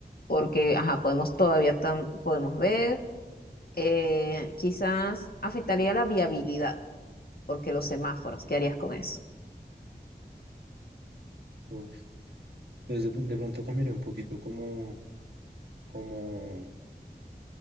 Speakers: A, on the left; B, on the right.
A: porque ajá, podemos todavía tam- podemos ver, eh, quizás afectaría la viabilidad, porque los semáforos, ¿qué harías con eso?
B: Uf, pues de de pronto cambiaría un poquito como Como,